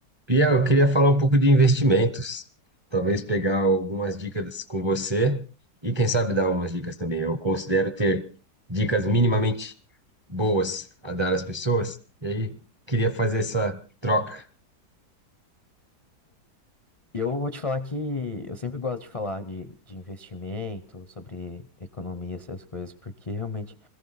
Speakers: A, on the right; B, on the left.
A: Pia, eu queria falar um pouco de investimentos. Talvez pegar algumas dicas com você e, quem sabe, dar umas dicas também. Eu considero ter dicas minimamente boas a dar às pessoas. E aí, queria fazer essa troca.
B: E eu vou te falar que eu sempre gosto de falar de, de investimento, sobre economia, essas coisas, porque realmente